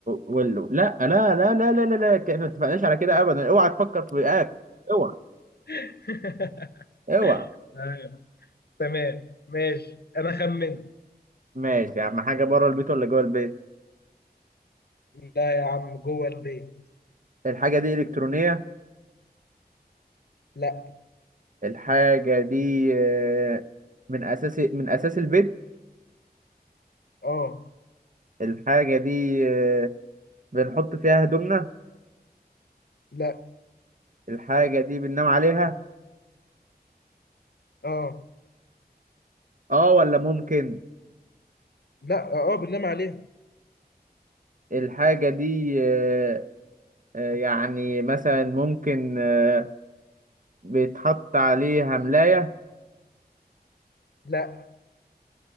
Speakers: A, on the right; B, on the left.
A: وال... لا لا لا لا لا لا لا احنا ما اتفقناش على كده أبدا اوعى تفكر في أكل اوعى
B: <laughs>
A: اوعى
B: ايوه تمام ماشي انا خمنت
A: ماشي يا عم حاجة بره البيت ولا جوه البيت
B: لا يا عم جوه البيت
A: الحاجة دي إلكترونية
B: لا
A: الحاجة دي آه، من أساس من أساس البيت
B: اه
A: الحاجة دي آه، بنحط فيها هدومنا
B: لا
A: الحاجة دي بننام عليها
B: اه
A: اه ولا ممكن
B: لا اه آه، بننام عليها
A: الحاجة دي آه، آه، يعني مثلا ممكن آه، بيتحط عليها ملاية
B: لا